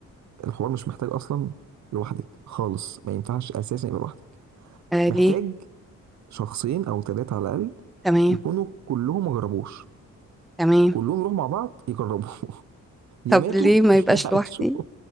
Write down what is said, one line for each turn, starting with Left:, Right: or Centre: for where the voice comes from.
Right: الحوار مش محتاج أصلا لوحدك خالص ما ينفعش أساسا يبقى لوحدك
Centre: آه
Right: محتاج
Centre: ليه
Right: شخصين او ثلاثه على الاقل
Centre: تمام
Right: يكونوا كلهم ما جربوش
Centre: تمام
Right: كلهم يروحوا مع بعض يجربوا <laughs> يا
Centre: طب
Right: ماتوا
Centre: ليه ما يبقاش
Right: يا عاشوا
Centre: لوحدي